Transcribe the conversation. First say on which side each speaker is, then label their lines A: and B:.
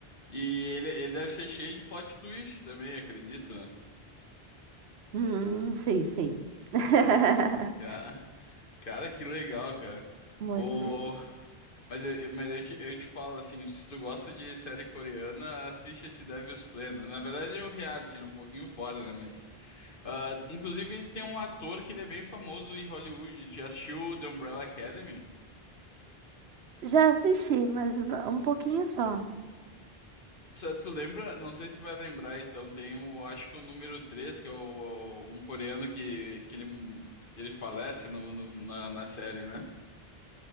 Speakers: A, on the left; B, on the right.
A: E ele, ele deve ser cheio de plot twist também, acredito. né?
B: Hum, sim, sim. <laughs>
A: Cara. Cara, que legal, cara.
B: Muito
A: O...
B: legal.
A: Mas, eu, eu- mas eu, te, eu te falo assim, se tu gosta de série coreana, assiste esse Devil's Plano. Na verdade é um reality, é um pouquinho fora, né? Mas, ah, inclusive ele tem um ator que ele é bem famoso em Hollywood. Já assistiu The Umbrella Academy?
B: Já assisti, mas n- um pouquinho só.
A: Tu, tu lembra? Não sei se tu vai lembrar, então tem o, acho que o número 3 que é o, um coreano que, que ele, ele falece no, no- na, na série, né?